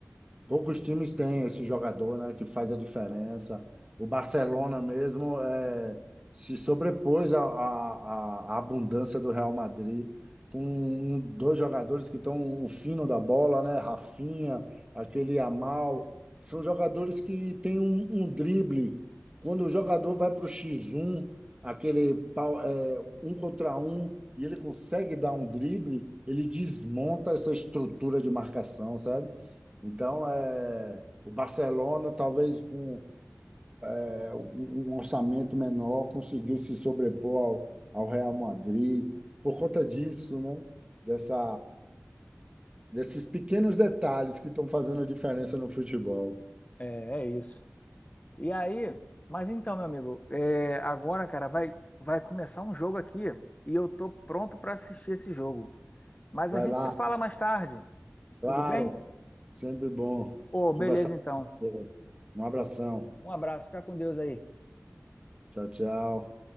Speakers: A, on the right; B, on the left.
A: Poucos times têm esse jogador, né, que faz a diferença. O Barcelona mesmo é, se sobrepôs à, à, à- à abundância do Real Madrid, com um- dois jogadores que estão o fino da bola, né, Rafinha, aquele Yamal. São jogadores que têm um, um drible. Quando o jogador vai para o X1, aquele pau- é, um contra um, e ele consegue dar um drible, ele desmonta essa estrutura de marcação, sabe? Então, é, o Barcelona, talvez com é, um, um orçamento menor, conseguiu se sobrepor ao, ao Real Madrid por conta disso, né? Dessa, desses pequenos detalhes que estão fazendo a diferença no futebol.
B: É, é isso. E aí, mas então, meu amigo, é, agora, cara, vai, vai começar um jogo aqui e eu tô pronto para assistir esse jogo. Mas
A: Vai
B: a gente
A: lá,
B: se fala mais tarde,
A: claro,
B: tudo bem?
A: sempre bom
B: Ô, beleza
A: conversar
B: então.
A: com você. Um abração.
B: Um abraço, fica com Deus aí.
A: Tchau, tchau.